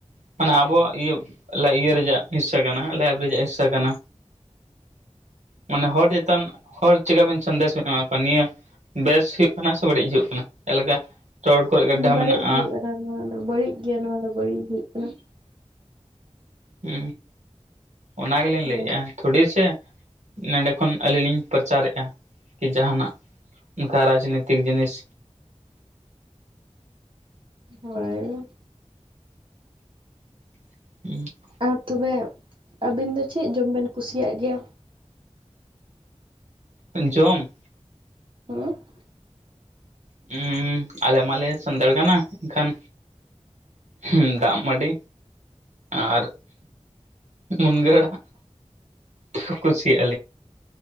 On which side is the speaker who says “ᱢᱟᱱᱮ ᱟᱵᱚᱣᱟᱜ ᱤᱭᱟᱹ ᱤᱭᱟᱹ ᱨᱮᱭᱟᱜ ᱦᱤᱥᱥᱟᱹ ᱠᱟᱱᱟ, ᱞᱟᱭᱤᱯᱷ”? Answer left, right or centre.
Right